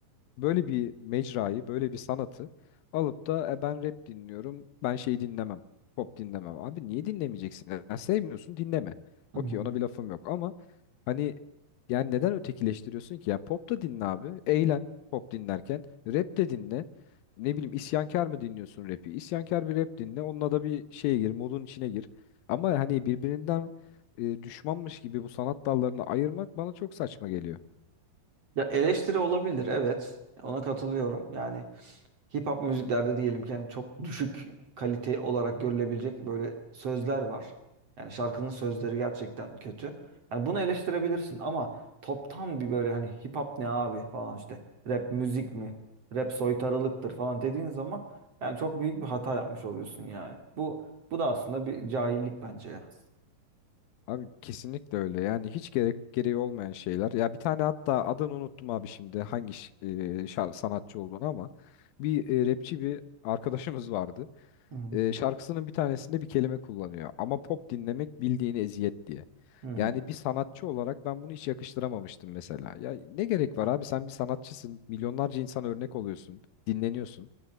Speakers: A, on the left; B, on the right.
A: böyle bir mecrayı, böyle bir sanatı alıp da "E, ben rap dinliyorum, ben şey dinlemem, pop dinlemem. Abi niye dinlemeyeceksin? Ya sevmiyorsun dinleme. Okey
B: Hı hı.
A: ona bir lafım yok ama Hani yani neden ötekileştiriyorsun ki? Ya pop da dinle abi. Eğlen pop dinlerken. Rap de dinle. Ne bileyim isyankar mı dinliyorsun rapi? İsyankar bir rap dinle. Onunla da bir şeye gir, modun içine gir. Ama hani birbirinden e, düşmanmış gibi bu sanat dallarını ayırmak bana çok saçma geliyor.
B: Ya eleştiri olabilir evet ona katılıyorum. Yani hip hop müziklerde diyelim ki yani çok düşük kalite olarak görülebilecek böyle sözler var. Yani şarkının sözleri gerçekten kötü. Yani bunu eleştirebilirsin ama toptan bir böyle hani hip hop ne abi falan işte rap müzik mi? Rap soytarılıktır falan dediğin zaman yani çok büyük bir hata yapmış oluyorsun yani. Bu bu da aslında bir cahillik bence ya.
A: Abi kesinlikle öyle. Yani hiç gerek gereği olmayan şeyler. Ya bir tane hatta adını unuttum abi şimdi hangi ş- e, şa- sanatçı olduğunu ama bir e, rapçi bir arkadaşımız vardı.
B: Hı
A: e, şarkısının bir tanesinde bir kelime kullanıyor. Ama pop dinlemek bildiğini eziyet diye.
B: hı.
A: Yani bir sanatçı olarak ben bunu hiç yakıştıramamıştım mesela. Ya ne gerek var abi sen bir sanatçısın. Milyonlarca insana örnek oluyorsun. Dinleniyorsun.